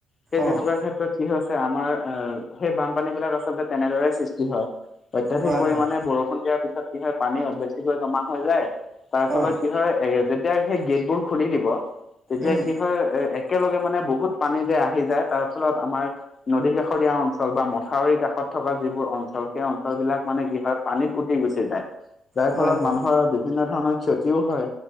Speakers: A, on the left (about 40°); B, on the right (about 45°).
A: সেই
B: অ',
A: তেনেকুৱা ক্ষে ত্ৰত কি হৈছে আমাৰ আহ সেই বানপানী বিলাক আচলতে তেনেদৰে সৃষ্টি হয়। অত্যাধিক
B: হয়,
A: পৰিমাণে
B: হয়,
A: বৰষুণ দিয়াৰ পিছত কি হয় পানী বেছিকৈ জমা হৈ যায় তাৰ ফলত
B: অ',
A: কি হয় যেতিয়া সেই গেটবোৰ খুলি দিব তেতিয়া
B: উম,
A: কি হয় এ একেলগে মানে বহুত পানী যে আহি যায় তাৰ ফলত আমাৰ নদী কাষৰীয়া অঞ্চল বা মথাউৰি কাষত থকা যিবোৰ অঞ্চল সেই অঞ্চল বিলাক মানে কি হয় পানীত উটি গুচি যায়। যাৰ
B: হয়,
A: ফলত
B: হয়,
A: মানুহৰ বিভিন্ন ধৰণৰ ক্ষতিও হয়,